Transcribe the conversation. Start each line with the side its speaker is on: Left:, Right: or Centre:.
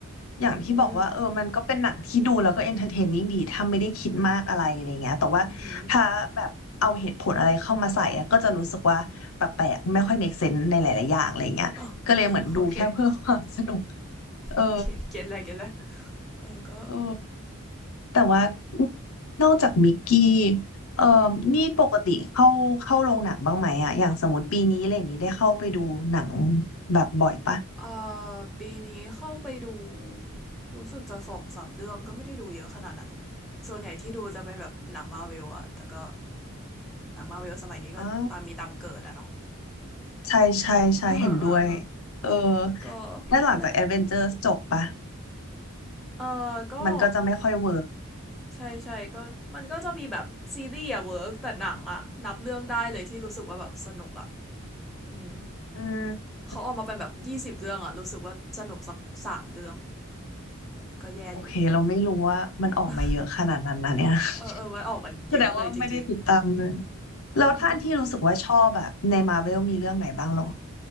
Centre: อื
Left: อย่างที่บอกว่าเออมันก็เป็นหนังที่ดูแล้วก็เอนเตอร์เทนนิ่งดีถ้าไม่ได้คิดมากอะไรอะไรเงี้ยแต่ว่าถ้าแบบเอาเหตุผลอะไรเข้ามาใส่อะก็จะรู้สึกว่าแปลกๆไม่ค่อย
Centre: มอือหือ
Left: make sense ในหลายๆอย่างอะไรเงี้ยก็เลยเหมือนดูแค่เพื่อความ
Centre: <laughs> โอเค
Left: <laughs> สนุกเออ
Centre: โอเคเก็ตแล้วเก็ตแล้วเออก็
Left: เออ แต่ว่านอกจากมิกกี้เอ่อนี่ปกติเข้าเข้าโรงหนังบ้างไหมอะอย่างสมมติปีนี้อะไรอย่างนี้ได้เข้าไปดูหนัง
Centre: อือหือ
Left: แบบบ่อยปะ
Centre: เอ่อปีนี้เข้าไปดูรู้สึกจะสองสามเรื่องก็ไม่ได้ดูเยอะขนาดนั้นส่วนใหญ่ที่ดูจะเป็นแบบหนังมาร์เวลอะแต่ก็หนังมาร์เวลสมัยนี้ก็ตามมีตามเกิดอะเนาะ
Left: อ๋อใช่ใช่ใช่เห็นด้วย
Centre: <laughs> อ่อ่า
Left: เออ
Centre: ก็นั่นแหละ
Left: แล้วหลังจากแอดเวนเจอร์จบปะ
Centre: เออก็
Left: มันก็จะไม่ค่อยเวิร์ก
Centre: ใช่ใช่ก็มันก็จะมีแบบซีรีส์อะเวิร์กแต่หนังอะนับเรื่องได้เลยที่รู้สึกว่าแบบสนุกอะ อืม
Left: อืม
Centre: เขาออกมาเป็นแบบยี่สิบเรื่องอะรู้สึกว่าสนุกสักสามเรื่องก็แย่อยู่
Left: โอเคเราไม่รู้ว่ามันออกมาเยอะขนาดนั้นนะเนี่ย
Centre: <laughs>
Left: <laughs>
Centre: เออเออมันออกมาเยอะเลยจริง
Left: แสดงว่าไม่ได้ติดตามเลย
Centre: ๆอ๋อต้อง
Left: แล้วท่าอันที่รู้สึกว่าชอบแบบในมาเวลมีเรื่องไหนบ้างเหรอ